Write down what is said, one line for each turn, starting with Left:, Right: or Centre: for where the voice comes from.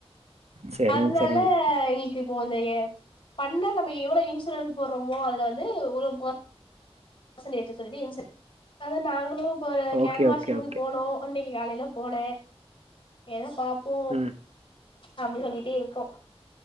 Right: சரிங்க
Left: அதுனால
Right: சரிங்க
Left: எங் க்கு இப்போ வந்து ஏ பண்ணா நம்போ எவ்வளோ இன்சூரன்ஸ் போட்றோமோ அதுல வந்து ஒரு ப பர்ச்சன்டேஜ்ஜி சொல்லி இன்சென் ஏன்னா நாங்களும் போனோ can
Right: okay
Left: washing
Right: okay okay
Left: போனோம் உன்னைக்கு காலையில போன எதோ பாப்போ
Right: ம்
Left: அப்டி சொல்லிட்டே இருக்கோ